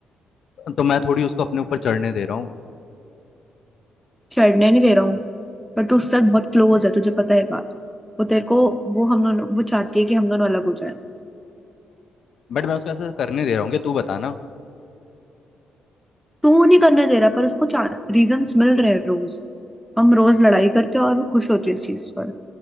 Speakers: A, on the left (about 60°); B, in the centre.
A: तो मैं थोड़ी उसको अपने ऊपर चढ़ने दे रहा हूँ
B: छेड़ने नहीं दे रहा हूँ पर तू उसके साथ बहुत क्लोज है तुझे पता है बात वो तेरे को वो हम दोनों वो चाहती है कि हम दोनों अलग हो जाए
A: बट मैं उसको ऐसा करने दे रहा हूँ कि तू बता ना
B: तू नहीं करने दे रहा पर उसको रीजंस मिल रहे हैं रोज हम रोज लड़ाई करते हैं और वो खुश होती है इस चीज पर